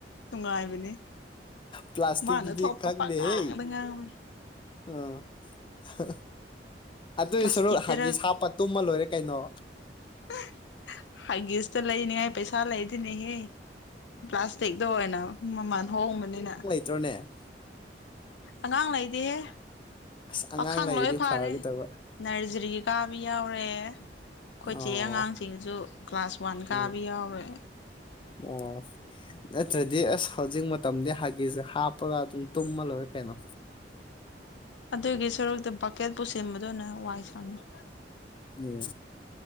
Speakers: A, on the left; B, on the left.
A: ꯅꯨꯡꯉꯥꯏꯕꯅꯦ
B: ꯄ꯭ꯂꯥꯁꯇꯤꯛꯇꯨꯗꯤ
A: ꯃꯥꯅ ꯊꯣꯛꯄ
B: ꯈꯪꯗꯦꯍꯦ
A: ꯄꯪꯉꯥꯡꯗ ꯉꯥꯡꯕꯅꯦ
B: ꯑꯥ ꯑꯍꯥ ꯑꯗꯨꯏ
A: ꯄ꯭ꯂꯥꯁꯇꯤꯛꯇꯔ
B: ꯁꯔꯨꯛ ꯍꯥꯒꯤꯁ ꯍꯥꯞꯄ ꯇꯨꯝꯃ ꯂꯣꯏꯔꯦ ꯀꯩꯅꯣ
A: <unintelligible> ꯍꯥꯒꯤꯁꯇ ꯂꯩꯅꯤꯉꯥꯏ ꯄꯩꯁꯥ ꯂꯩꯗꯅꯦꯍꯦ ꯄ꯭ꯂꯥꯁꯇꯤꯛꯗ ꯑꯣꯏꯅ ꯃꯃꯟ ꯍꯣꯡꯕꯅꯤꯅ
B: ꯇ꯭ꯔꯣꯅꯦ
A: ꯑꯉꯥꯡ ꯂꯩꯗꯤꯍꯦ
B: ꯑꯁ ꯑꯉꯥꯡ
A: ꯄꯥꯈꯪ
B: ꯂꯩꯔꯗꯤ
A: ꯂꯣꯏ ꯐꯥꯔꯦ
B: ꯐꯒꯗꯕ
A: ꯅ꯭ꯔꯖꯔꯤ ꯀꯥ ꯃꯤ ꯌꯥꯎꯔꯦ ꯈꯣꯏ
B: ꯑꯣ
A: ꯆꯦ ꯑꯉꯥꯡꯁꯤꯡꯁꯨ ꯀ꯭ꯂꯥꯁ ꯋꯥꯟ
B: ꯎꯝ
A: ꯀꯥꯕ ꯌꯥꯎꯔꯦ꯫
B: ꯑꯣ ꯅꯠꯇ꯭ꯔꯗꯤ ꯑꯁ ꯍꯧꯖꯤꯛ ꯃꯇꯝꯗꯤ ꯍꯥꯒꯤꯁ ꯍꯥꯞꯄꯒ ꯑꯗꯨꯝ ꯇꯨꯝꯃ ꯂꯣꯏꯔꯦ ꯀꯩꯅꯣ
A: ꯑꯗꯨꯒꯤ ꯁꯔꯨꯛꯇ ꯕꯛꯀꯦꯠ ꯄꯨꯁꯤꯝꯕꯗꯨꯅ ꯋꯥꯏ ꯁꯪꯉꯦ
B: ꯎꯝ